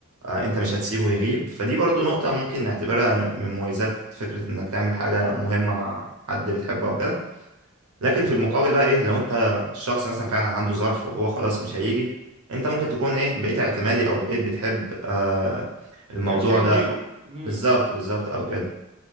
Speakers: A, on the right (about 85°); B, on the right (about 25°).
A: آه، انت مش هتسيبه يغيب فدي برضو نقطة ممكن نعتبرها من مميزات فكرة انك تعمل حاجة مهمة مع حد بتحبه او كده لكن في المقابل بقى ايه لو انت الشخص مثلا فعلا عنده ظرف وهو خلاص مش هيجي انت ممكن تكون ايه بقيت اعتمادي او بقيت بتحب آه الموضوع
B: ما تعملش حاجة
A: ده
B: من غيره امم
A: بالظبط بالظبط او كده